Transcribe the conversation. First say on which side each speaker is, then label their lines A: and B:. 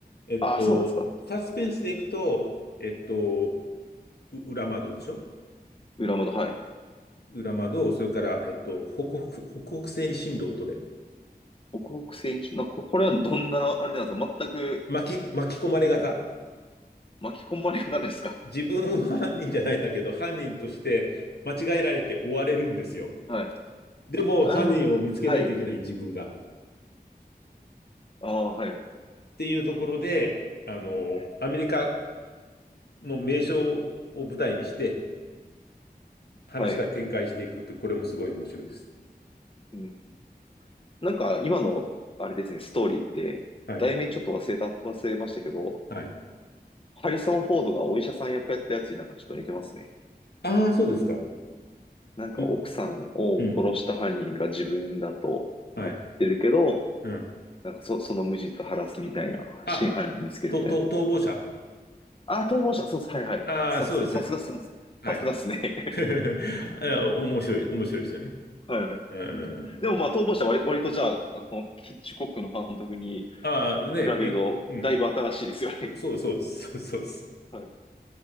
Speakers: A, on the left; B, on the left.
A: えっと、
B: ああ、そうなんですか。
A: サスペンスでいくと、えっと、う裏窓でしょ
B: 裏窓、はい。
A: 裏窓、それから、えっと、北北、北北西に進路を取れ。
B: 北北選手、な、ここれはどんな、あれなんですか全く
A: 巻き、巻き込まれ型。
B: 巻き込まれ方ですか
A: 自分は犯人じゃないんだけど、犯人として間違えられて追われるんですよ。
B: はい。
A: でも、
B: ああ、
A: 犯人を見つけないといけない自分が。
B: はい。
A: っ
B: ああ、はい。
A: ていうところで、あの、
B: えー
A: アメリカの名所を舞台にして、話が展開していくって、
B: はい。
A: これもすごい面白いです。
B: うん。なんか、今の、あれですね、ストーリーって、
A: はい。
B: 題名ちょっと忘れた、忘れましたけど、
A: はい。
B: ハリソン・フォードがお医者さん役やったやつになんかちょっと似てますね。
A: ああ、そうですか。
B: なんか、
A: うん、
B: 奥さんを殺した犯人が自分だとなってるけど、
A: うん。はい。うん。
B: なんかそ、その無実を晴らすみたいな、
A: あ、
B: 真犯人見つけるみたいな。
A: と、と、逃亡者
B: ああ、逃亡者、そうです。はいはい。
A: ああー、
B: さすが、
A: そうですね。
B: さすがっす、さすさすがっすね。
A: はい。
B: <laughs>
A: <laughs> あ面白い、面白いですよね。
B: はい。
A: うん。
B: うんでもまあ、逃亡者は割、割とじゃあ、このヒッチコックの監督に
A: ああ、ね、
B: 比べると、
A: え、うん。
B: だいぶ新しいですよね。
A: そうそうそうです。そうそうです。
B: <laughs> はい。